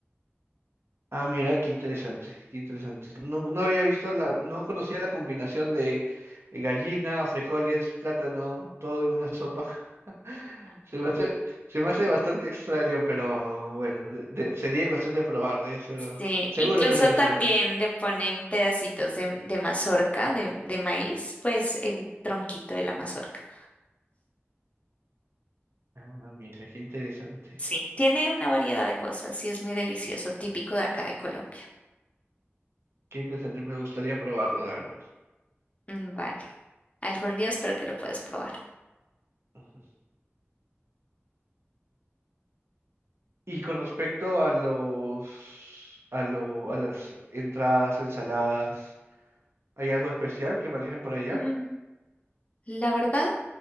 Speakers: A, on the right; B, on the left.
A: Ah, mira, qué interesante, qué interesante. No, no había visto la, no conocía la combinación de gallina, frijoles, plátano, todo en una sopa. <laughs> Se me hace, se me hace bastante extraño, pero bueno, de- de- sería cuestión de probar, debe ser,
B: Sí,
A: seguro
B: incluso
A: que es delicioso.
B: también le ponen pedacitos de, de mazorca, de, de maíz, pues el tronquito de la mazorca.
A: Ah, mira, qué interesante.
B: Sí, tiene una variedad de cosas y es muy delicioso, típico de acá de Colombia.
A: Qué interesante, me gustaría probarlo, la verdad.
B: Mm, Vale, algún día espero que lo puedas probar.
A: Ujú. Y con respecto a los, a lo, a las entradas, ensaladas, ¿hay algo especial que manejen por allá?
B: Mm, La verdad,